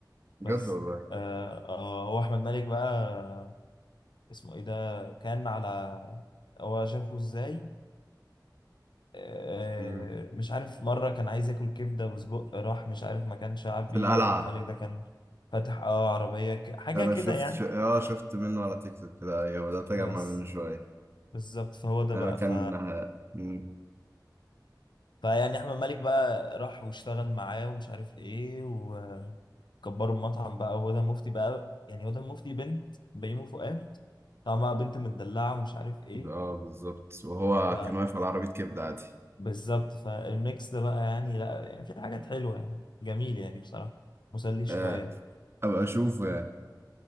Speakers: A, on the right (about 35°); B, on the left (about 85°).
A: بجد
B: بس
A: والله
B: آه آه هو احمد مالك بقى اسمه ايه ده كان على هو شافه ازاي آه،
A: امم
B: مش عارف مرة كان عايز ياكل كبدة وسجق راح مش عارف مكان شعبي
A: في القلعة
B: أحمد مالك ده كان فاتح اه عربية ك- حاجة
A: انا
B: كده
A: شفت
B: يعني
A: ش... اه شفت منه على تيك توك كده ايوه بدأت
B: بس
A: اجمع منه شوية
B: بالظبط فهو ده
A: انا
B: بقى
A: كان
B: ف
A: مم.
B: فيعني أحمد مالك بقى راح واشتغل معاه ومش عارف ايه وكبروا المطعم بقى وهدى مفتي بقى يعني هدى مفتي بنت بيومي فؤاد طعمها بنت متدلعة ومش عارف ايه
A: اه بالظبط وهو
B: ف
A: كان واقف على عربية كبدة عادي
B: بالظبط فالميكس ده بقى يعني لا يعني في حاجات حلوة يعني جميل يعني بصراحة مسلي شوية
A: آه ابقى اشوفه يعني